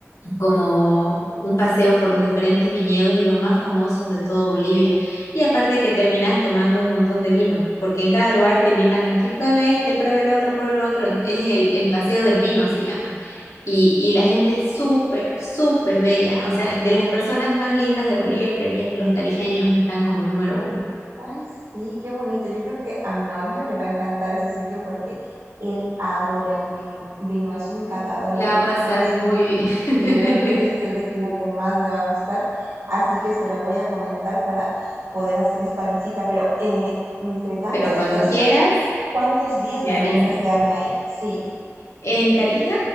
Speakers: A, on the left; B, on the right.
A: como un paseo por los diferentes viñedos y los más famosos de todo Bolivia. Y aparte que terminas tomando un montón de vino, porque en cada lugar te invitan aquí, pruebe este, pruebe el otro, pruebe el otro. Es el, el paseo del vino, se llama. Y, y la gente es súper, súper bella. O sea, de las personas más lindas de Bolivia, creería que los tarijeños están como número uno,
B: Ay, sí, qué bonito. Yo creo que a mi novio le va a encantar ese sitio porque él adora el vino. Vino es un catador
A: ¿no? La
B: de
A: va a pasar
B: vinos y,
A: muy bien.
B: y yo creo que ese es el destino que más le va a gustar. Así que se lo voy a comentar para poder hacer esta visita. Pero eh, entre
A: <laughs>
B: tantas
A: Pero cuando
B: ciudades,
A: quieras,
B: ¿cuántos días
A: me
B: me
A: avisas.
B: recomiendas quedarme ahí? Sí,
A: En Tarija,